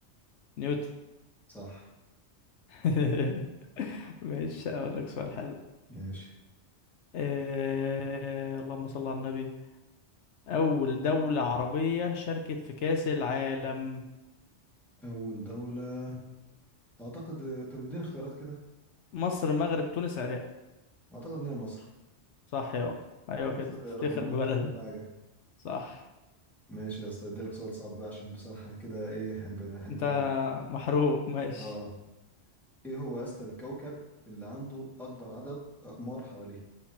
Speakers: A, on the left (about 75°); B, in the centre.
A: نيوتن
B: صح
A: <laughs> ماشي اقول لك سؤال حلو
B: ماشي
A: آه... اللهم صل على النبي اول دولة عربية شاركت في كأس العالم
B: اول دولة اعتقد طب اديني اختيارات كده
A: مصر مغرب تونس عراق
B: اعتقد ان هي مصر
A: صح يا ايوه
B: يا مصر
A: كده
B: رقم
A: افتخر
B: واحد
A: ببلدك
B: في كل حاجة
A: صح
B: ماشي يا اسطى اديلك سؤال صعب بقى عشان بصراحة انا كده ايه هنب... هنتعادل
A: انت محروق ماشي
B: اه ايه هو يا اسطى الكوكب اللي عنده اكبر عدد اقمار حواليه